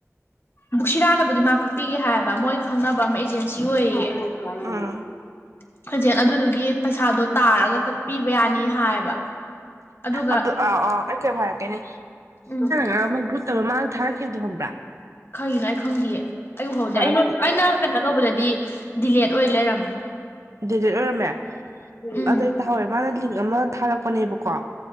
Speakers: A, on the left; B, on the right.
A: ꯕꯨꯛꯁꯤꯔꯥꯅꯕꯨꯗꯤ ꯃꯥꯡ ꯀꯛꯄꯤꯒꯦ ꯍꯥꯏꯕ ꯃꯣꯏ ꯈꯪꯅꯕ ꯑꯃ ꯑꯦꯖꯦꯟꯁꯤ ꯑꯣꯏꯌꯦ ꯑꯗꯦ
B: ꯎꯝ
A: ꯐꯖꯦꯟ ꯑꯗꯨꯗꯨꯒꯤ ꯄꯩꯁꯥꯗꯣ ꯇꯥꯔꯒ ꯀꯛꯄꯤꯕ ꯌꯥꯅꯤ ꯍꯥꯏꯌꯦꯕ ꯑꯗꯨꯒ
B: ꯑꯗꯨ ꯑꯥ ꯑꯥ ꯑꯩ ꯀꯩ ꯍꯥꯏꯔꯛꯒꯦꯅꯦ
A: ꯎꯝ
B: ꯌꯥ ꯃꯠꯇ ꯃꯥꯡ ꯊꯙꯔꯥ ꯈꯈꯤ ꯊꯣ꯭ꯔ
A: ꯈꯩꯅ ꯈꯪꯗꯦꯌꯦ ꯑꯌꯨꯛ ꯍꯧꯥꯎꯗꯦ ꯑꯩꯅ
B: ꯀꯩꯅꯣ
A: ꯑꯩꯅ ꯀꯩꯅꯣ ꯇꯧꯕꯗꯗꯤ ꯗꯤꯂꯦꯠ ꯑꯣꯏ ꯂꯩꯔꯝꯃꯦ
B: ꯗꯤꯂꯤꯠ ꯑꯣꯏꯔꯝꯃꯦ
A: ꯎꯝ
B: ꯑꯗꯨ ꯑꯩ ꯇꯍꯧꯋꯦ ꯃꯥꯅ ꯂꯤꯡ ꯑꯃ ꯊꯥꯔꯛꯄꯅꯦꯕꯀꯣ